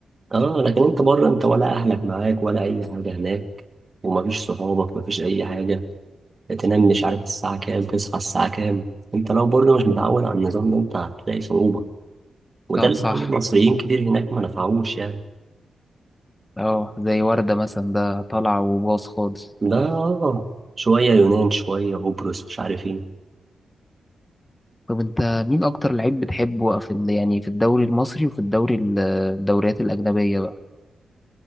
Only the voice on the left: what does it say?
لا
صح
اه زي وردة مثلا ده طالع وباص خالص
طب انت مين اكتر لعيب بتحبه في ال- يعني في الدوري المصري وفي الدوري ال- الدوريات الاجنبيه بقى